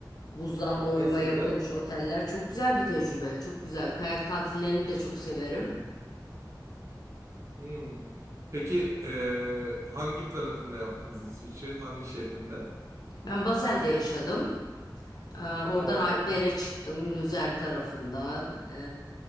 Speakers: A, on the left; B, on the right.
A: Buzdan oyma
B: Nasıldı?
A: yapılmış oteller. Çok güzel bir tecrübe. Çok güzel. Kayak tatillerini de çok severim.
B: Hmm. Peki eee, hangi tarafında yaptınız İsviçre'nin? Hangi şehrinde?
A: Ben Basel'de yaşadım. Ee, oradan
B: Bazen
A: Alplere
B: ha.
A: çıktım. Luzern tarafında. ee,